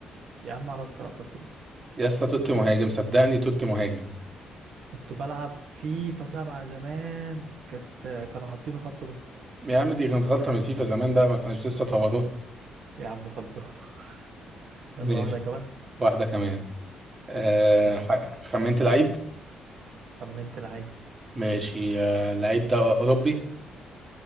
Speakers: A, on the right; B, on the right.
A: يا عم على الطلاق خط نص
B: يا اسطى توتي مهاجم صدقني توتي مهاجم
A: كنت بلعب فيفا سبعة زمان كانت آه، كانوا حاطينه خط نص
B: يا عم دي كانت غلطة من الفيفا زمان بقى ما كانوش لسه طوضوها
A: يا عم خلصان <laughs>
B: ماشي
A: يلا واحدة كمان
B: واحدة كمان آه
A: خش
B: ح- خمنت لعيب
A: خمنت لعيب
B: ماشي آه اللعيب ده أوروبي